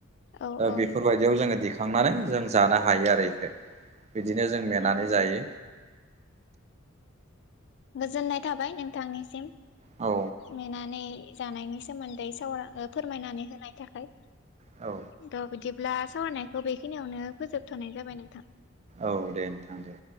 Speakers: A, on the left (about 55°); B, on the right (about 35°).
A: औ औ
B: बेफोरबाय बिदियाव जोङो दिखांनानै जों जानो हायो आरो बेखौ। बिदिनो जों मेनानै
A: औ
B: जायो।
A: गोजोननाय थाबाय नोंथांनिसिम।
B: औ।
A: मेनानै जानायनि सोमोन्दै साव- फोरमायनानै होनायनि थाखाय।
B: औ।
A: थ' बिदिब्ला सावरायनायखौ बेखिनियावनो फोजोबथ'नाय जाबाय नोंथां।
B: औ दे नोंथां दे।